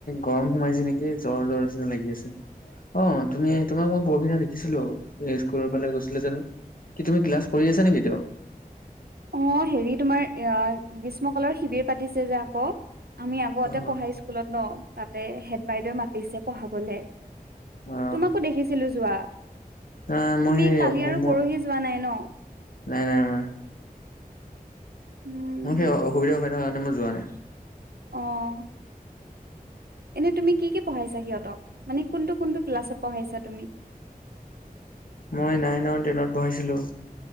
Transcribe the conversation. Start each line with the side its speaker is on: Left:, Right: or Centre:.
Left: গৰম সোমাইছে নেকি জ্বৰ, জ্বৰ নিচিনা লাগি আছে। অ', তুমি তোমাক মই পৰহিদিনা দেখিছিলোঁ, স্কুলৰ ফালে গৈছিলা যে। কি তুমি ক্লাছ কৰি আছা নেকি এতিয়াও?
Right: অ', হেৰি তোমাৰ অ', গ্ৰীষ্ম কালৰ শিবিৰ পাতিছে যে আকৌ। আমি আগতে
Left: অ
Right: পঢ়া স্কুলত ন' তাতে হেড বাইদেৱে মাতিছে পঢ়াবলে।
Left: অ
Right: তোমাকো দেখিছিলোঁ যোৱা,
Left: নাই মই
Right: তুমি
Left: সেই
Right: কালি
Left: মোৰ
Right: আৰু পৰহি যোৱা নাই ন'?
Left: নাই, নাই, নাই।
Right: উম,
Left: মোৰ সেই অসুবিধা হৈ থকা কাৰণে মই যোৱা নাই।
Right: অ'। এনেই তুমি কি পঢ়াইছা সিহঁতক? মানে কোনটো, কোনটো ক্লাছত পঢ়াইছা তুমি?
Left: মই নাইন আৰু টেনত পঢ়াইছিলোঁ।